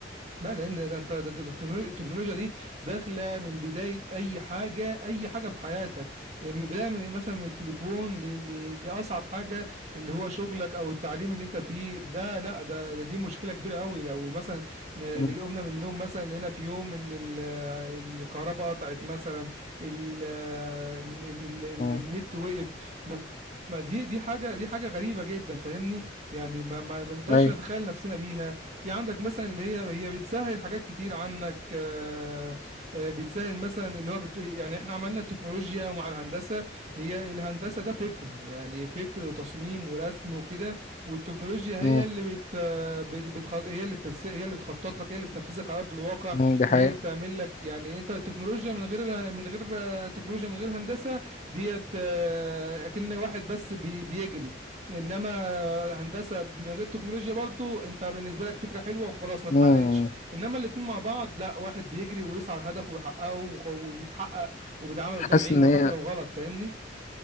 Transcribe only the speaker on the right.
لا لان ده, ده انت ده, ده التكنولو- التكنولوجيا دي داخله من بدايه اي حاجه اي حاجه في حياتك آه، من بدايه من مثلا من التليفون ل- ل- لاصعب حاجه اللي هو شغلك او التعليم اللي انت فيه ده لا ده, ده دي مشكله كبيره قوي لو مثلا آه،
اللي قمنا من النوم مثلا لقينا في يوم ان ال- آه، الكهرباء قطعت مثلا ال- آه، ان ال- ال-
النت وقف ما دي دي حاجه دي حاجه غريبه جدا فاهمني يعني ما ما ما نقدرش
نتخيل نفسنا بيها في عندك مثلا اللي هي هي بتسهل حاجات كتير عنك آه، آه، بتسهل مثلا اللي هو بت... يعني احنا عملنا التكنولوجيا ومع الهندسة هي الهندسة ده فكر يعني فكر وتصميم ورسم وكده والتكنولوجيا هي
اللي بت... آه، بت... بتخط... هي اللي بترس... هي اللي بتخطط لك هي اللي بتنفذك على أرض الواقع
هي اللي بتعمل لك يعني انت التكنولوجيا من غير اله- من غير آه، تكنولوجيا من غير هندسة ديت آه، اكن واحد بس بي... بيجري انما هندسه من غير تكنولوجيا برضو انت بالنسبه لك فكره حلوه وخلاص ما اتحققتش
انما الاتنين مع بعض لا واحد بيجري ويسعى لهدفه ويحققه وخ- وبيتحقق وبيتعامل
قدام عينه
حتى لو غلط فاهمني